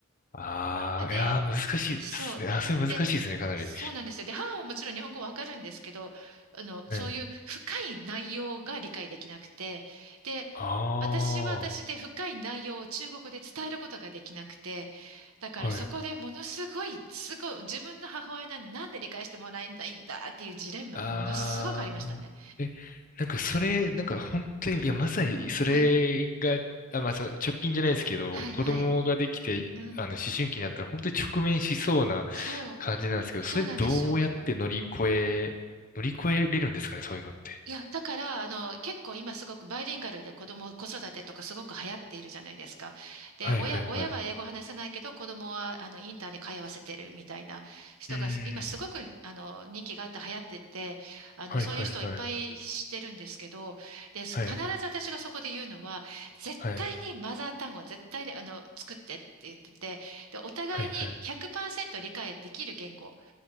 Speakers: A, on the left; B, on the right.
A: ああ、
B: で、
A: いやー、難しいですね。
B: そう。
A: あ、それ難しいですね、
B: で、
A: かなり。
B: そうなんですよ。で、母はもちろん日本語わかるんですけど、あの、
A: はい。
B: そういう深い内容が理解できなくて、で、
A: ああ、
B: 私は私で深い内容を中国語で伝えることができなくて、だからそこでものすごい、
A: はい。
B: すごい、自分の母親なんで、なんで理解してもらえないんだっていうジレンマがものすごくありましたね。
A: ああえ、なんかそれ、なんか本当に、いや、まさにそれが、
B: はい。
A: あ、まあ、そう、直近じゃないですけど、
B: はい、
A: 子供ができて、
B: はい。うん。
A: あの、思春期になったら本当に直面しそうな
B: そう、
A: 感じなんですけど、
B: そうなんですよ。
A: それどうやって乗り越え、乗り越えれるんですかね、そういうのって。
B: いや、だから、あの、結構今すごくバイリンガルで子供、子育てとかすごく流行っているじゃないですか。で、
A: はいはいはい。
B: 親、親は英語話せないけど、
A: う
B: 子供は、あの、インターに通わせてるみたいな人が、
A: ーん。
B: 今すごく、あの、人気があって流行ってて、あの、
A: はいはいはい。
B: そういう人をいっぱい知ってるんですけど、で、必ず私がそこで言うのは、
A: はい。
B: 絶対にマザー単語、
A: はい。
B: 絶対に、あの、作ってって言ってて、で、お互いに100%
A: はいはい。
B: 理解できる言語、